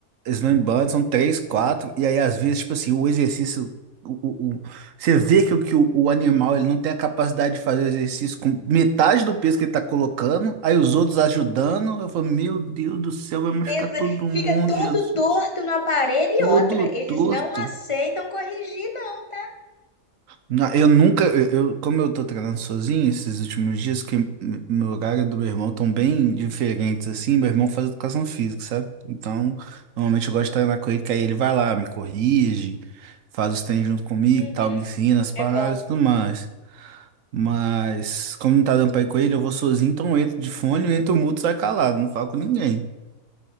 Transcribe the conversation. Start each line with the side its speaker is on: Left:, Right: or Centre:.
Right: slam band são três, quatro, e aí às vezes, tipo assim, o exercício, o, o, o- você vê que, o, que o, o animal ele não tem a capacidade de fazer o exercício com metade do peso que ele tá colocando, aí os outros ajudando, eu falo, meu Deus do céu, vai machucar
Left: Eles-
Right: todo
Left: Fica
Right: mundo,
Left: todo
Right: Jesus,
Left: torto no aparelho e
Right: todo
Left: outra, eles
Right: torto.
Left: não aceitam corrigir, não.
Right: Na- Eu nunca, eu, eu- como eu tô treinando sozinho esses últimos dias, que m- meu horário e do meu irmão estão bem diferentes, assim, meu irmão faz educação física, sabe? Então, normalmente eu gosto de treinar com ele, que aí ele vai lá, me corrige, faz os treinos junto comigo,
Left: Uhum.
Right: e tal, me ensina as paradas
Left: É bom.
Right: e tudo mais. Mas, como não tá dando pra ir com ele, eu vou sozinho, então eu entro de fone, eu entro mudo, sai calado, não falo com ninguém.